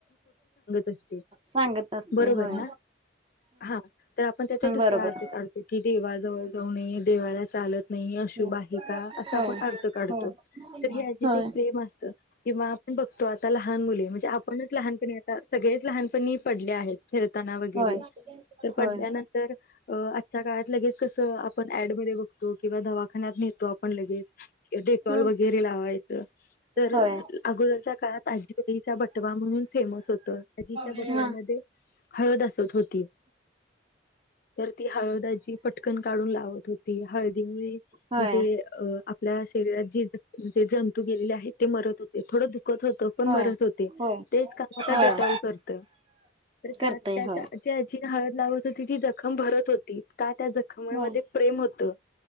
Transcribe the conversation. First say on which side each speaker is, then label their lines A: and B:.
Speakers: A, on the left; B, on the right.
A: असते
B: सांगत असते
A: बरोबर
B: होय.
A: ना हा तर आपण त्याचा
B: हम्म
A: दुसरा
B: बरोबर
A: अर्थ काढतो की देवाजवळ जाऊ नये देवाला चालत नाही अशुभ
B: हो
A: आहे का असं
B: होय
A: आपण अर्थ काढतो
B: होय
A: तर हे आजीच
B: होय
A: एक प्रेम असतं किंवा आपण बघतो आता लहान मुले म्हणजे आपणच लहानपणी आता सगळेच लहानपणी पडले आहेत खेळताना वगैरे.
B: होय
A: तर पडल्यानंतर
B: होय
A: आजच्या काळात लगेच कसं आपण ऍड मधे बघतो किंवा दवाखान्यात आपण लगेच डेटॉल
B: हम्म
A: वगैरे लावायचो, तर
B: होय
A: अगोदरच्या काळात आजीवाईचा बटवा म्हणून फेमस होतं आजीच्या बटव्यामध्ये
B: ह
A: हळदासत होती. तर ती हळदाची पटकन काढून लावत होती. हळदीमुळे
B: होय
A: म्हणजे आपल्या शरीरात जे जंतू गेलेले आहेत ते मरत होते. थोडं दुखत होतं. मरत
B: होय
A: होते
B: होय
A: तेच काम आता
B: होय
A: डेटॉल करतय. तर
B: करतय
A: का त्या
B: होय
A: ज्या आजी हळद लावत होती. ती जखम भरत होती. का त्या जखमामध्ये
B: होय
A: प्रेम होतं